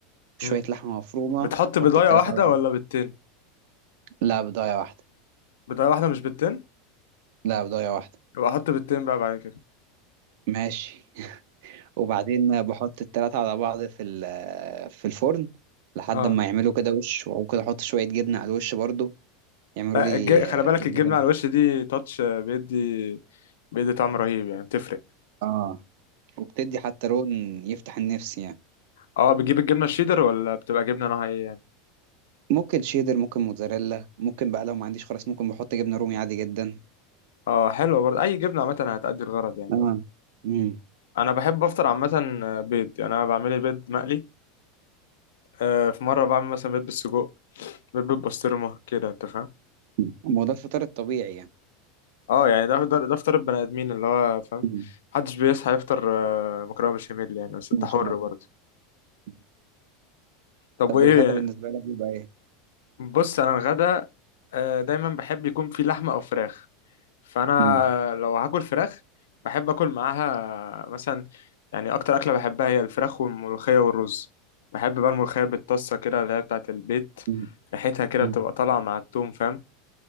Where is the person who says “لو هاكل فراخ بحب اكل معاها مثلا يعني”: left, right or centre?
Left